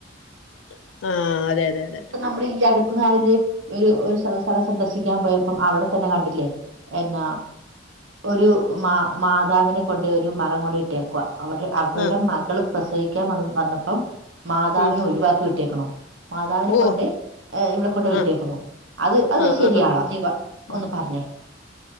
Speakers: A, on the left; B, on the right.
A: <unintelligible> ആഹ് അതെ അതെ അതെ
B: ഇപ്പൊ നമ്മുടെ ഈ അടു നാളില് ഒരു സ്ഥലം സന്ദർശിക്കാൻ പോയപ്പം അവിടെ തന്നെ കണ്ടില്ലേ എന്നാ ഒരു മാ മാതാവിനെ കൊണ്ട് ഒരു മകൻ കൊണ്ടിട്ടേക്കുവാ അവടെ അവരുടെ
A: ആഹ്
B: മകള് പ്രസവിക്കാൻ വ വന്നപ്പം മാതാവിനെ
A: ഉം
B: ഒഴിവാക്കി ട്ടേക്ണ് മാതാവിനെ
A: ഓ
B: കൊണ്ട് ഏ ഇവിടെ കൊണ്ട് വിട്ടേക്കണ്
A: ആഹ്
B: അത് അത്
A: ആഹ്
B: ശരിയാണോ
A: ആഹ്
B: നീപ
A: ആഹ്
B: ഒന്ന് പറഞ്ഞേ